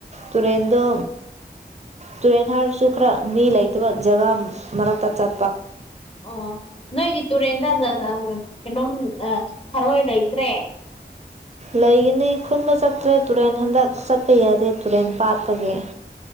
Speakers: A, on the right; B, on the left.
A: ꯇꯨꯔꯦꯟꯗ ꯇꯨꯔꯦꯟ ꯍꯥꯏꯔꯁꯨ ꯈꯔ ꯃꯤ ꯂꯩꯇꯕ ꯖꯒꯥ ꯃꯔꯛꯇ ꯆ
B: ꯑꯣ ꯅꯣꯏꯒꯤ ꯇꯨꯔꯦꯟ ꯀꯩꯅꯣꯝ ꯐꯔꯣꯏ ꯂꯩꯇ꯭ꯔꯦ
A: ꯂꯩꯒꯅꯤ ꯈꯨꯟꯕ ꯆꯠꯇ꯭ꯔꯦ ꯇꯨꯔꯦꯟ ꯍꯟꯗꯛ ꯆꯠꯄ ꯌꯥꯗꯦ ꯇꯨꯔꯦꯟ ꯄꯥꯠꯄꯒꯤ